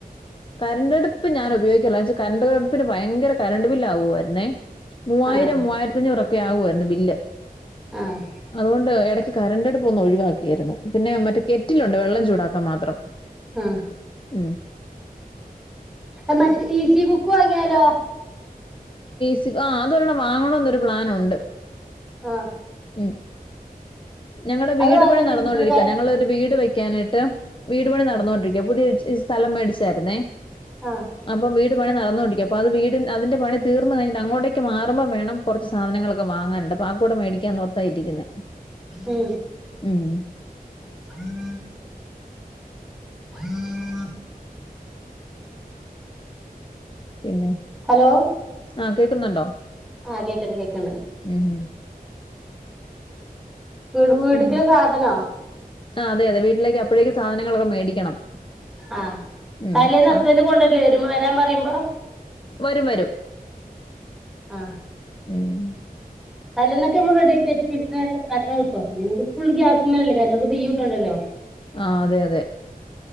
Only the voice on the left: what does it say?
കരണ്ട്ടുപ്പ് ഞാൻ ഉപയോഗിക്കില്ല കടുപ്പിന് ഭയങ്കര കരണ്ട് ബില് ആകുവായിരുന്നേ മൂവായിരം
മൂവരത്തിഞ്ഞൂറ്ക്ക ഒക്കെ ആകുായിരുന്നു ബില്ല്
അതുകൊണ്ട് ഇടയ്ക്ക് കറണ്ട്ടുപ്പ് ഒന്ന് ഒഴിവാക്കിയിരുന്നു പിന്നെ മറ്റേ കെറ്റിലുണ്ട് വെള്ളം ഉണ്ടാക്കൻ മാത്രം
മ്
സ ആ അത വാങ്ങണന്നൊരു പ്ലൻുണ്ട്
ഉ ഞങ്ങളടെ
വീട്
പണി
നടന്നോൊണ്ടിരിക്കാ ഞങ്ങൾ ഒരു വീട് വ കാനഡ വീട്പണി നടന്നുകൊണ്ടിരിക്കുക പുതിയ ഇ സ്ഥലം മേടിച്ചായിരുന്നേ
അപ്പം വീട് പണി നടന്നോണ്ടിരിക്ക അപ്പൊ അത് വീട് അതിന്റെ പണി തീർന്നു കഴിട്ട്ങ്ങോട്ടേക്ക് മാുമ്പോൾേണം കുറച്ച് സാധനൾ വാങ്ങാനണ്ട് പാക്കൂടെ മടിക്കാൻ ആയിരിക്കുന്ന
മ്
പിന്നെ
ആഹ് കേൾക്കുന്നുണ്ടോ
ഉം ഉം
പിന്നെ
ആ അതെ അതെ വീട്ടിലേക്ക് അപ്പോഴേക്കെ സാധനങ്ങളൊക്കെ മേടിക്കണം.
ഉം
ആ
വരും വരും.
ഉം.
ആ അതെ അതെ